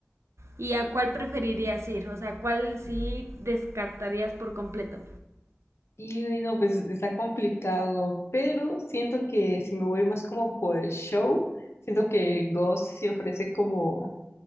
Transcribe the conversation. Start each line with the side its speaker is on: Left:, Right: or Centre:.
Right: ¿Y a cuál preferirías ir? O sea, ¿cuál sí descartarías por completo?
Left: Y no, pues está complicado, pero siento que si me voy más como por el show, siento que Ghost sí ofrece como